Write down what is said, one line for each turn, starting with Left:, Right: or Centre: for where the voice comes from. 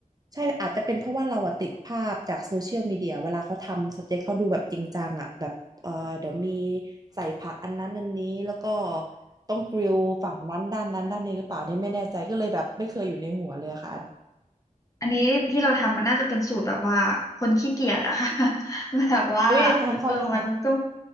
Right: ใช่อาจจะเป็นเพราะว่าเราอะติดภาพจากโซเชียลมีเดียเวลาเขาทำสเต็กเขาดูแบบจริงจังอะแบบเออเดี๋ยวมีใส่ผักอันนั้นอันนี้แล้วก็ต้องกริลฝั่งนั้นด้านนั้นด้านนี้หรือเปล่านี่ไม่แน่ใจก็เลยแบบไม่เคยอยู่ในหัวเลยค่ะ
Left: อันนี้ที่เราทำมันน่าจะเป็นสูตรแบบว่าคนขี้เกียจอะค่ะ <laughs> แบบว่า
Right: อุ้ยทางเข้าทาง
Left: เออมันก็